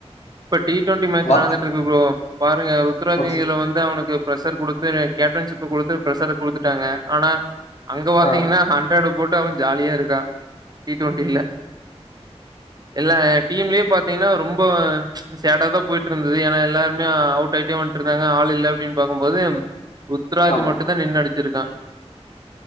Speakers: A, on the right; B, on the left.
A: இப்ப டீ டுவெண்டி மேட்ச்
B: வ
A: நடந்துட்டு இருக்கு ப்ரோ பாருங்க ருத்ராஜிங்
B: ஓகே.
A: இதுல வந்து அவனுக்கு பிரஷர் குடுத் இதுல கேப்டன்ஷிப்ப குடுத்து பிரசர குடுத்துட்டாங்க ஆனா அங்க பாத்தீங்கன்னா
B: ஆ
A: ஹண் ரேட் போட்டு அவே ஜாலியா இருக்கா டீ டுவெண்டில இல்ல டீம்லயே பாத்தீங்கன்னா ரொம்ப சேடாதா போயிட்டு இருந்தது ஏன்னா எல்லாருமே அவுட் ஆயிட்டே வந்ட்டுருந்தாங்க ஆள் இல்ல அப்டின்னு பாக்கும் போது ருத்ராஜ்
B: ஆமா.
A: மட்டுந்தா நின்னு அடிச்சிருக்கா